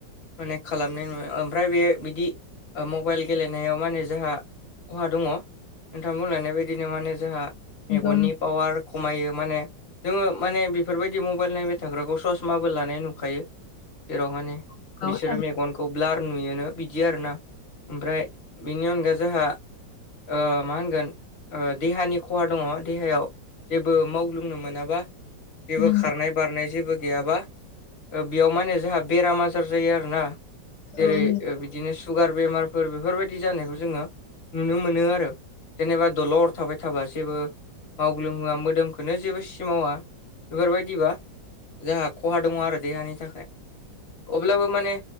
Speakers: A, on the left; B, on the left.
A: माने खालामनाय नुयो ओमफ्राय बे बिदि मबाइल गेलेनायाव माने जोंहा खहा दङ नोंथां बुंलायनाय बायदिनो माने जोंहा मेगननिबो
B: नंगौ
A: पावार खमायो माने जोङो माने बेफोरबायदि मबाइल नायबाय थाग्राखौ सर्स माबो लानाय नुखायो जेराव माने
B: नंगौ
A: बिसोरो
B: थार
A: मेगनखौ ब्लार नुयोनो बिदि आरोना ओमफ्राय बिनि अनगा जोंहा ओ मा होनगोन देहानि खहा दङ देहायाव जेबो मावग्लुंनो मोनाबा जेबो
B: नंगौ
A: खारनाय बारनाय जेबो गैयाबा ओ बेयाव माने जोंहा बेराम आजार जायो आरोना जेरै
B: औ नंगौ
A: बिदिनो सुगार बेमारफोर बेफोरबायदि जानायखौ जोङो नुनो मोनो आरो जेनेबा दलत थाबाय थाबा जेबो मावग्लुंहोआ मोदोमखनो जेबो सिमावा बेफोरबायदिबा जोंहा खहा दङ आरो देहानि थाखाय अब्लाबो माने